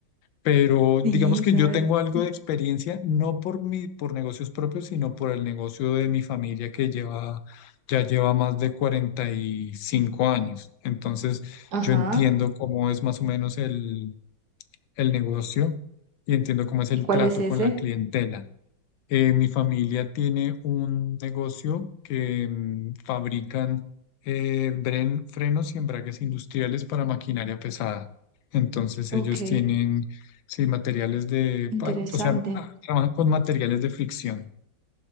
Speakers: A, on the left; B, on the right.
A: pero digamos
B: Sí,
A: que
B: sabes
A: yo tengo
B: que
A: algo
B: sí.
A: de experiencia, no por mi, por negocios propios, sino por el negocio de mi familia que lleva, ya lleva más de 45 años. Entonces,
B: Ajá.
A: yo entiendo cómo es más o menos el, el negocio y entiendo cómo es
B: ¿Y
A: el
B: cuál
A: trato
B: es ese?
A: con la clientela. Eh, mi familia tiene un negocio que mm, fabrican eh, bren- frenos y embragues industriales para maquinaria pesada. Entonces
B: Ok,
A: ellos tienen, sí, materiales de,
B: interesante.
A: pa- o sea, ah, trabajan con materiales de fricción.